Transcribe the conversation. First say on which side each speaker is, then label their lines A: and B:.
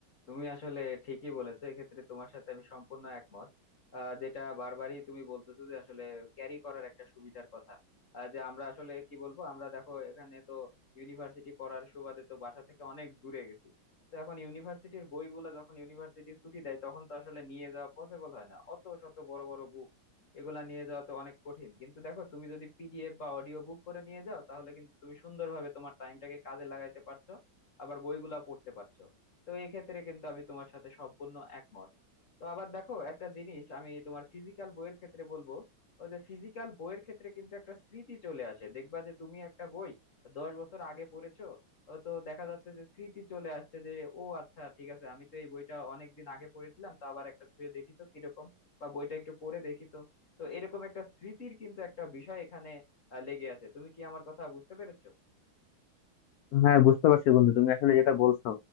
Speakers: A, on the left (about 45°); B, on the left (about 80°).
A: তুমি আসলে ঠিকই বলেছো এক্ষেত্রে তোমার সাথে আমি সম্পূর্ণ একমত আহ, যেটা বারবারই তুমি বলতেছো যে আসলে ক্যারি করার একটা সুবিধার কথা আহ, যে আমরা আসলে কি বলবো আমরা দেখো এখানে তো ইউনিভার্সিটি পড়ার সুবাদে তো বাসা থেকে অনেক দূরে গেছি তো এখন ইউনিভার্সিটির বইগুলা যখন ইউনিভার্সিটি ছুটি দেয় তখন তো আসলে নিয়ে যাওয়া পসিবল হয় না অত শত বড় বড় বুক এগুলা নিয়ে যাওয়া তো অনেক কঠিন কিন্তু দেখো তুমি যদি পিডিএফ বা অডিও বুক করে নিয়ে যাও তাহলে কিন্তু তুমি সুন্দরভাবে তোমার টাইমটাকে কাজে লাগাইতে পারছো আবার বইগুলা পড়তে পারছো তো এক্ষেত্রে কিন্তু আমি তোমার সাথে সম্পূর্ণ একমত তো আবার দেখো একটা জিনিস আমি তোমার ফিজিক্যাল বইয়ের ক্ষেত্রে বলবো ও যে ফিজিক্যাল বইয়ের ক্ষেত্রে কিন্তু একটা স্মৃতি চলে আসে দেখবা যে তুমি একটা বই দশ বছর আগে পড়েছো ও তো দেখা যাচ্ছে যে স্মৃতি চলে আসছে যে ও আচ্ছা ঠিক আছে আমি তো এই বইটা অনেক দিন আগে পড়েছিলাম তো আবার একটা ছুঁয়ে দেখি তো কিরকম বা বইটা একটু পড়ে দেখি তো তো এরকম একটা স্মৃতির কিন্তু একটা বিষয় এখানে আহ, লেগে আছে তুমি কি আমার কথা বুঝতে পেরেছো
B: হ্যাঁ বুঝতে পারছি বন্ধু তুমি আসলে যেটা বলছো